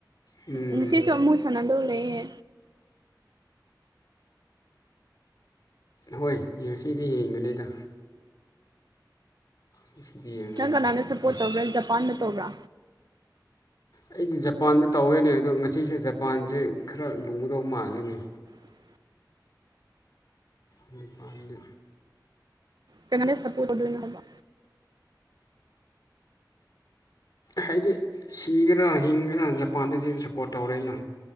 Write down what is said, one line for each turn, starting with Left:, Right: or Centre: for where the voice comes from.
Left: ꯎꯝ
Right: ꯉꯁꯤꯁꯨ ꯑꯃꯨꯛ ꯁꯥꯟꯅꯗꯧꯔꯤ ꯂꯩꯌꯦ
Left: ꯍꯣꯏ ꯉꯁꯤꯗꯤ ꯌꯦꯡꯒꯅꯤꯗ ꯉꯁꯤꯗꯤ ꯌꯦꯡꯒꯅꯤꯗ
Right: ꯅꯪ ꯀꯅꯥꯅ ꯁꯞꯄꯣꯔꯠ
Left: ꯉꯁꯤ
Right: ꯇꯧꯕ꯭ꯔꯥ ꯖꯄꯥꯟꯗ ꯇꯧꯕ꯭ꯔꯥ
Left: ꯑꯩꯗꯤ ꯖꯄꯥꯟꯗ ꯇꯧꯋꯦꯅꯦ ꯑꯗꯣ ꯉꯁꯤꯁꯦ ꯖꯄꯥꯟꯁꯦ ꯈꯔ ꯂꯨꯒꯗꯧ ꯃꯥꯜꯂꯦꯅꯤ
Right: <inaudible>
Left: ꯅꯤꯄꯥꯥꯟꯗ
Right: ꯀꯥꯅꯗ ꯁꯞꯄꯣꯔꯠ ꯇꯧꯗꯣꯏꯅꯣ ꯍꯥꯏꯕ
Left: ꯍꯥꯏꯗꯤ ꯁꯤꯒꯦꯔꯥ ꯍꯤꯡꯒꯦꯔꯥ ꯖꯄꯥꯟꯗꯗꯤ ꯁꯞꯄꯣꯔꯠ ꯇꯧꯔꯦꯅ